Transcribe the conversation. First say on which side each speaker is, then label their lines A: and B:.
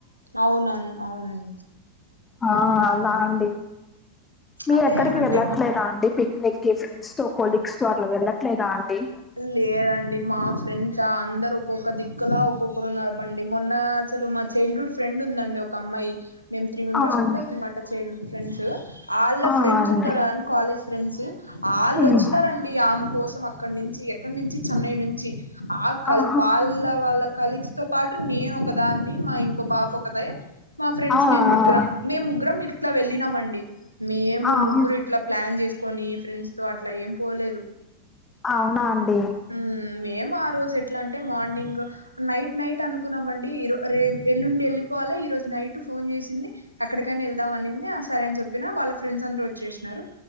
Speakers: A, on the right; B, on the left.
A: అవునండి అవునండి
B: ఆ అలా అండి మీరు
A: అదే
B: ఎక్కడికి
A: అంటే
B: వెళ్ళట్లేదా అండి పిక్నిక్ ఫ్రెండ్స్ తో కొలీగ్స్ తో అట్లా వెళ్ళట్లేదా అండి
A: లేదండి మా ఫ్రెండ్సా అందరు ఒక్కొక్క దిక్కులా ఒక్కొక్కరు ఉన్నారు ఈమండి మొన్న అసలు మ చైల్డ్ హుడ్ ఫ్రెండ్ ఉందండి ఒక అమ్మాయి మేము త్రీ మెంబర్స్
B: ఆ అండి
A: ఉంటాం అనమాట చైల్డ్హుడ్ ఫ్రెండ్స్ వాళ్ళ
B: ఆ
A: ఫ్రెండ్స్
B: అండి
A: ఉంటారు కదండి కాలేజ్ ఫ్రెండ్స్ వాళ్ళు
B: ఉమ్
A: వచ్చినారండి ఆమె కోసం అక్కడ నుంచి చి ఎక్కడ నుంచి చెన్నై నుంచి అ కల్
B: ఆహా
A: వాళ్ళ వాళ్ళ కలీగ్స్ తో పాటు నేను ఒకదాన్ని మా ఇంకో పాప ఒకతి మా ఫ్రెండ్స్
B: ఆ
A: మేము
B: ఆ
A: ముగ్గురం మేము ముగ్గురం ఇట్లా వెళ్ళినం అండి మేము
B: ఆహా
A: ముగ్గురు ఇట్లా ప్లాన్ చేసుకొని ఫ్రెండ్స్ తో అట్లా ఏం పోలేదు
B: అవునా అండి
A: ఊ మేము ఆ రోజు ఎట్లా అంటే మార్నింగ్ నైట్ నైట్ అనుకున్నాము అండి ఇరో రేపు ఏల్లుండి వెళ్ళిపోవాలా ఈ రోజు నైట్ ఫోన్ చేసింది ఎక్కడికైనా వెళ్దాం అనింది అ సరే అని చెప్పినా వాళ్ళ ఫ్రెండ్స్ అందరు వచ్చేసినారు